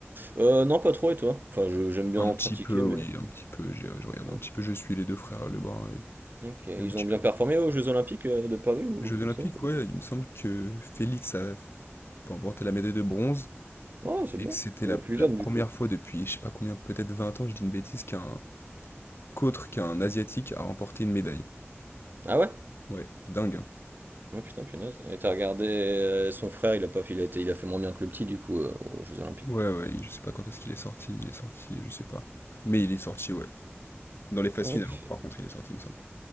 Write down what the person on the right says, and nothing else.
euh, non, pas trop, et toi? Enfin, je- j'aime bien
en
pratiquer,
mais.
Oh,
Ok, ils
ont
bien
performé aux Jeux Olympiques euh, de Paris ou
tu
sais ou pas du
tout
Ouais, c'est
bien.
Le
plus
jeune,
du coup.
Ah ouais?
Oh putain, punaise. Et t'as regardé euh, son frère, il a pas fait, il a été- il a fait moins bien que le petit, du coup, euh, aux Jeux Olympiques.
Ok.